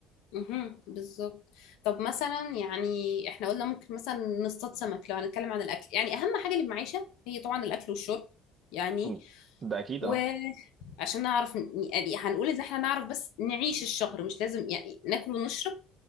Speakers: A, on the left; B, on the right.
A: مهم. بالظبط طب مثلا يعني احنا قلنا ممكن مثلا نصطاد سمك لو هنتكلم عن الاكل يعني اهم حاجه للمعيشه هي طبعا الاكل والشرب يعني
B: مم. ده اكيد
A: وعشان
B: اه
A: نعرف ن- يعني هنقول ان احنا نعرف بس نعيش الشهر مش لازم يعني ناكل ونشرب